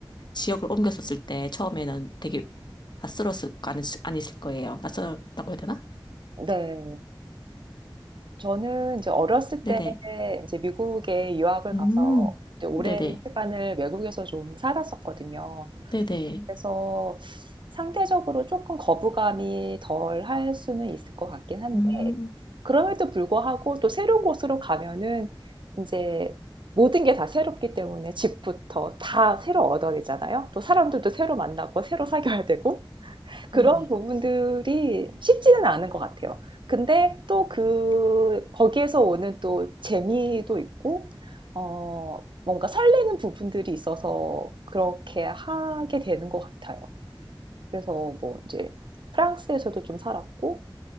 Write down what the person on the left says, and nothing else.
지역을 옮겼었을 때 처음에는 되게 낯설었을 거 아니, 아니실 거예요. 낯설었다고 해야 되나?
네네.
음,
네네.
네네.
음,
네네.